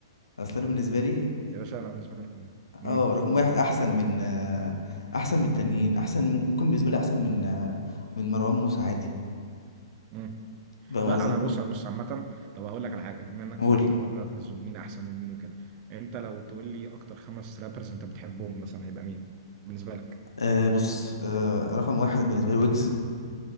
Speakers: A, on the left (about 75°); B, on the right (about 35°).
A: اصل انا بالنسبه لي
B: يا باشا أنا بالنسبة لي رقم امم
A: اه رقم
B: قول
A: واحد احسن من آه، احسن من التانيين احسن ممكن بالنسبه لي احسن من آه، من مروان موسى عادي
B: امم
A: فاهم
B: لا
A: قصدي
B: أنا بص بص عامة طب هقول لك على حاجة بما إنك
A: قول
B: فتحت حوار الرابرز ومين أحسن من مين وكده أنت لو تقول لي أكتر خمس رابرز أنت بتحبهم مثلا هيبقى مين بالنسبة لك؟
A: أه بص أه رقم واحد بالنسبه لي ويجز